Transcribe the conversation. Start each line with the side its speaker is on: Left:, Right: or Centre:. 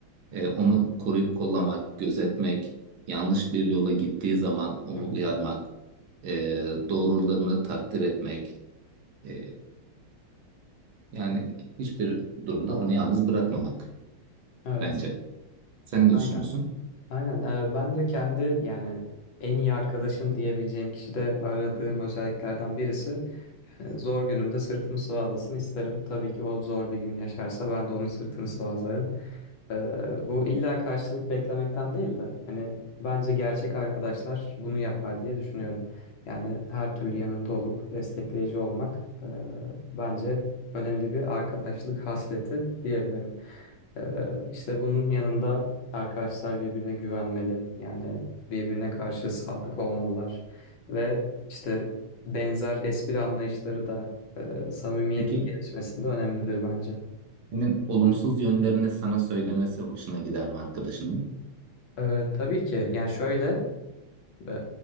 Right: E, onu koruyup kollamak, gözetmek, yanlış bir yola gittiği zaman onu
Left: Hı hı.
Right: uyarmak, e, doğrularını takdir etmek. E, yani hiçbir durumda onu yalnız bırakmamak
Left: Evet.
Right: bence. Sen ne
Left: Aynen.
Right: düşünüyorsun?
Left: Aynen. E, ben de kendi yani en iyi arkadaşım diyebileceğim kişi de aradığım özelliklerden birisi. E, Zor günümde sırtımı sıvazlasın isterim. Tabii ki o zor bir gün yaşarsa ben de onun sırtını sıvazlarım. E, bu illa karşılık beklemekten değil de hani bence gerçek arkadaşlar bunu yapar diye düşünüyorum. Yani her türlü yanında olup destekleyici olmak e, bence önemli bir arkadaşlık hasleti diyebilirim. E, işte bunun yanında arkadaşlar birbirine güvenmeli. Yani birbirine karşı sadık olmalılar ve işte benzer espri anlayışları da e, samimiyetin
Right: Peki
Left: gelişmesinde önemlidir bence.
Right: Senin olumsuz yönlerini sana söylemesi hoşuna gider mi arkadaşının?
Left: E, tabii ki yani şöyle e,